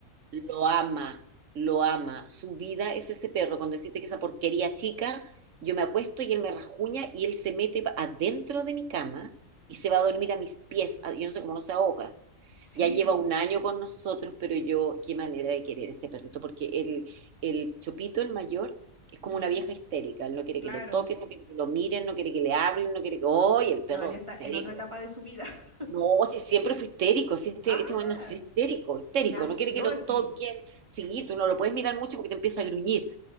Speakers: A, on the right (about 65°); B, on the right (about 20°).
A: Lo ama, lo ama. Su vida es ese perro. Con decirte que esa porquería chica, yo me acuesto y él me rajuña y él se mete pa- adentro de mi cama y se va a dormir a mis pies. Ah, Yo no sé cómo no se ahoga.
B: Sí,
A: Ya lleva un año con nosotros, pero yo, qué manera de querer ese perrito, porque el, el Chopito, el mayor, es como
B: ya,
A: una vieja histérica. Él no quiere
B: claro.
A: que lo toquen, no quiere que lo miren, no quiere que le hablen, no quiere que... ¡Ay, el perro
B: No, él ya está
A: histérico!
B: en otra etapa de su vida. <laughs>
A: No, si siempre fue histérico, si este,
B: Ah,
A: este bueno es histérico, histérico,
B: nació
A: no quiere que lo
B: así.
A: toquen, sí, tú no lo puedes mirar mucho porque te empieza a gruñir,